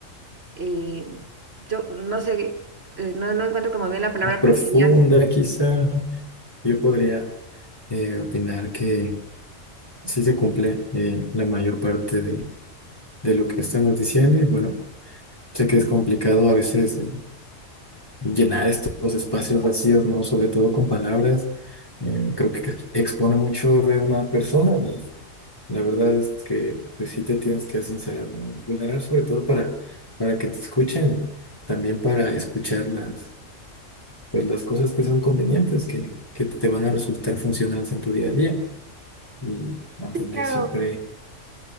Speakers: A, on the right (about 50°); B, on the left (about 15°).
A: eh, yo no sé, eh, no, no encuentro como bien la palabra,
B: Más profunda,
A: pero sería
B: quizá, yo podría eh, opinar que sí se cumple eh, la mayor parte de, de lo que estamos diciendo y bueno. Sé que es complicado a veces eh, llenar estos espacios vacíos, ¿no? Sobre todo con palabras. Eh, creo que ex- expone mucho de una persona y la verdad es que pues sí te tienes que sincerar, ¿no? Y vulnerar sobre todo para, para que te escuchen, también para escuchar las, pues, las cosas que son convenientes, que, que te van a resultar funcionales en tu día a día y mantener
A: Sí, claro.
B: siempre